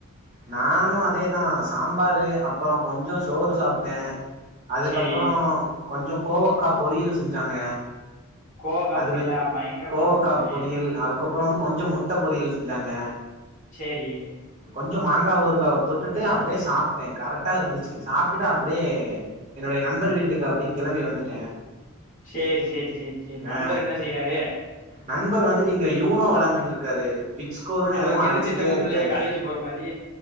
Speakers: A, on the right; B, on the left.
A: நானு அதேதா சாம்பாரு அப்பறோ கொஞ்சோ சோறு சாப்டே அதுக்கப்பறோ
B: சேரி
A: கொஞ்சோ கோவக்கா பொரியல் செஞ்ஜாங்க
B: கோவக்கா
A: அது
B: பொரியலா
A: வெச்
B: பயங்கரமா
A: கோவக்கா
B: இருக்கும் போலயே
A: பொரியல் அதுக்கப்றோ வந்து கொஞ்ஜோ முட்ட பொரியல் செஞ்ஜாங்க
B: செரி
A: கொஞ்சோ மாங்கா ஊர்காவ தொட்டுட்டு அப்டியே சாப்டே கரெட்டா இருந்துச்சி சாப்ட்டுட்டு அப்டே என்னுடைய நண்பர் வீட்டுக்கு அப்டி கெளம்பி வந்துட்டே
B: செரி செரி செரி செரி நண்பர்
A: ஆ
B: என்ன செய்றாரு
A: நண்பர் வந்துட்டு இங்க யூனோ வெளாந்துட்டு இருக்காரு பிக்ஸ் கோலுன்னு
B: அவருக்கு
A: என்னமோ
B: எந்த
A: அடிச்சிட்டே
B: திட்டமும்
A: இருக்காரு
B: இல்லையா காலேஜ் போற மாரி